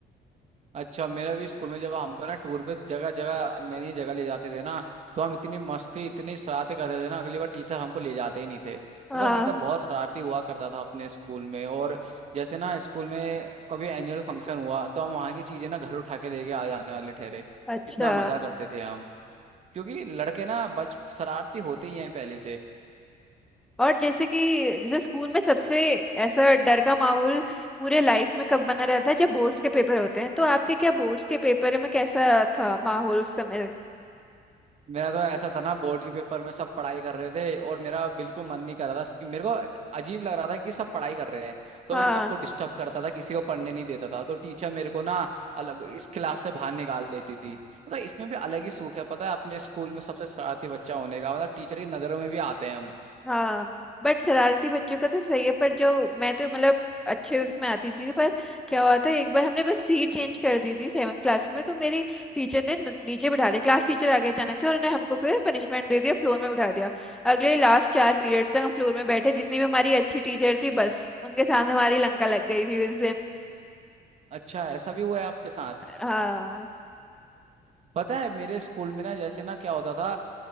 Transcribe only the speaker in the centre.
हाँ
अच्छा
और जैसे कि जैसे स्कूल में सबसे ऐसा डर का माहौल पूरे लाइफ में कब बना रहता है जब बोर्ड्स के पेपर होते हैं तो आपके क्या बोर्ड्स के पेपर में कैसा था माहौल उस समय
हाँ
हाँ बट शरारती बच्चों का तो सही है पर जो मैं तो मतलब अच्छे उसमें आती थी पर क्या हुआ था एक बार हमने बस सीट चेंज कर दी थी सेवन्थ क्लास में तो मेरी टीचर ने न- नीचे बिठा दिया क्लास टीचर आ गए अचानक से और उन्होंने हमको फिर पनिशमेंट दे दिया फ्लोर में बिठा दिया अगले लास्ट चार पीरियड तक हम फ्लोर में बैठे जितनी भी हमारी अच्छी टीचर थी बस उनके सामने हमारी लंका लग गई थी उस दिन
हाँ